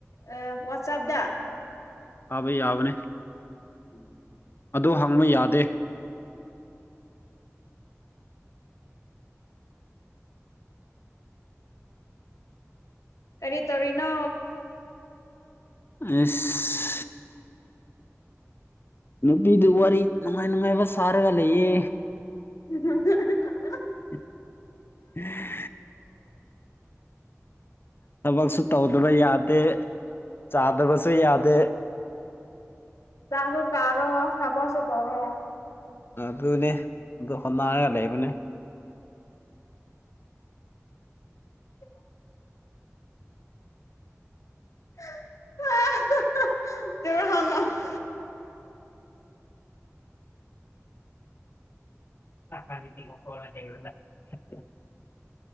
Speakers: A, on the left; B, on the left.
A: ꯑ‌ ꯋꯥꯆꯞꯗ
B: ꯐꯥꯕ ꯌꯥꯕꯅꯦ
A: <inaudible>
B: ꯑꯗꯨ ꯍꯪꯕ ꯌꯥꯗꯦ
A: ꯀꯔꯤ ꯇꯧꯔꯤꯅꯣ
B: ꯏꯁ ꯅꯨꯄꯤꯗꯨ ꯋꯥꯔꯤ ꯅꯨꯡꯉꯥꯏ ꯅꯨꯡꯉꯥꯏꯕ ꯁꯥꯔꯒ ꯂꯩꯌꯦ
A: <unintelligible>
B: <unintelligible> ꯊꯕꯛꯁꯨ ꯇꯧꯗꯕ ꯌꯥꯗꯦ ꯆꯥꯗꯕꯁꯨ ꯌꯥꯗꯦ
A: ꯆꯥꯁꯨ ꯇꯥꯔꯣ ꯊꯕꯛꯁꯨ ꯇꯧꯔꯣ
B: ꯑꯗꯨꯅꯦ ꯑꯗꯨ ꯍꯣꯠꯅꯔꯒ ꯂꯩꯕꯅꯦ
A: <unintelligible> <unintelligible>
B: <unintelligible>